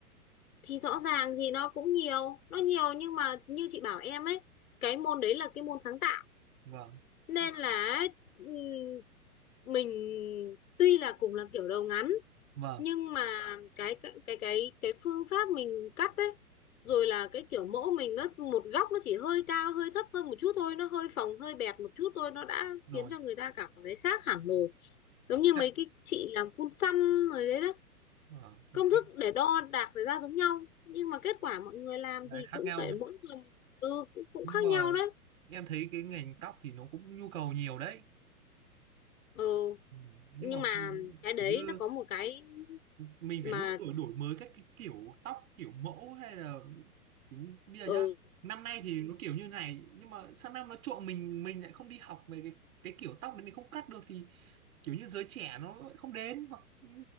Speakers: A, on the left (about 60°); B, on the right (about 60°).
A: thì rõ ràng thì nó cũng nhiều nó nhiều nhưng mà như chị bảo em ấy cái môn đấy là cái môn sáng tạo
B: vâng
A: nên
B: Hay-
A: là ừm, mình tuy là cùng là kiểu đầu ngắn
B: vâng
A: nhưng mà cái cái cái cái cái phương pháp mình cắt ấy rồi là cái kiểu mẫu mình nó một góc nó chỉ hơi cao hơi thấp hơn một chút thôi nó hơi phồng hơi bẹt một chút thôi nó đã
B: rồi
A: khiến cho người ta cảm thấy khác hẳn rồi giống như
B: chắc
A: mấy cái chị làm phun xăm rồi đấy đó
B: vâng cái-
A: công thức để đo đạc ra ra giống nhau nhưng mà kết quả mọi người làm thì
B: cái khác
A: cũng
B: nhau
A: phải mỗi người ừ cũng, cũng
B: nhưng
A: khác
B: mà
A: nhau đấy
B: em thấy cái ngành tóc thì nó cũng nhu cầu nhiều đấy
A: ừ
B: Ừ, nhưng
A: nhưng
B: mà
A: mà
B: không-
A: cái đấy
B: kiểu như
A: nó có một cái
B: mình
A: mà
B: phải luôn đổi đổi mới các cái kiểu tóc kiểu mẫu hay là kiểu như bây giờ
A: ở
B: nhá
A: ừ,
B: năm nay thì nó kiểu như này nhưng mà sang năm nó trộn mình mình lại không đi học về cái cái kiểu tóc đấy mình không cắt được thì kiểu như giới trẻ nó lại không đến hoặc ừ,